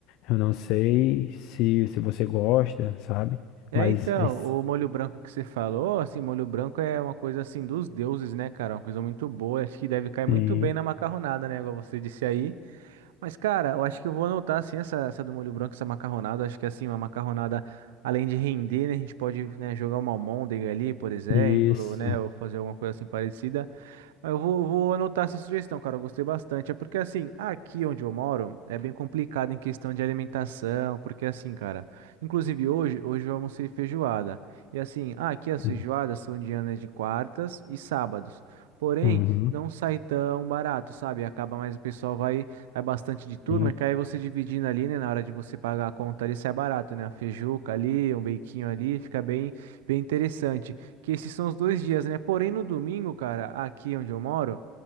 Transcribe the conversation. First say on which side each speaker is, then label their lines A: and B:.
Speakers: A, on the left; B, on the right.
A: Eu não sei se, se você gosta, sabe?
B: É,
A: Mas,
B: então,
A: esse-
B: o molho branco que você falou, assim, molho branco é uma coisa assim dos deuses, né, cara? Uma coisa muito boa. Acho que deve cair muito
A: sim,
B: bem na macarronada, né? Igual você disse aí. Mas, cara, eu acho que eu vou anotar assim essa, essa do molho branco, essa macarronada. Acho que assim, uma macarronada, além de render, né? A gente pode, né, jogar uma almôndega ali, por exemplo,
A: Isso.
B: né? Ou fazer alguma coisa assim parecida. Ah, Eu vou, vou anotar essa sugestão, cara. Eu gostei bastante. É porque, assim, aqui onde eu moro é bem complicado em questão de alimentação. Porque, assim, cara, inclusive hoje, hoje eu almocei feijoada. E, assim, ah, aqui as
A: Sim.
B: feijoadas são dianas de quartas e sábados. Porém,
A: Uhum.
B: não sai tão barato, sabe? Acaba mais o pessoal vai, vai bastante de turma,
A: sim,
B: que aí você dividindo ali, né? Na hora de você pagar a conta ali, sai barato, né? A feijuca ali, um beiquinho ali, fica bem, bem interessante. Que esses são os dois dias, né? Porém, no domingo, cara, aqui onde eu moro,